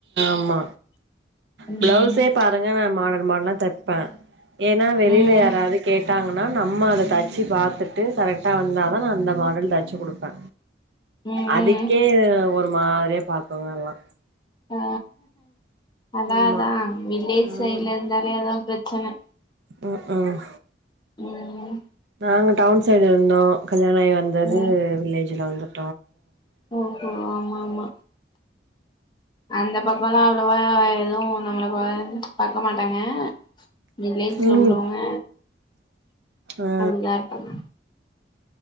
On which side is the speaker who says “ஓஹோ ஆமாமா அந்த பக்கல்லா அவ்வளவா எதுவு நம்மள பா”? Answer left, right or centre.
Left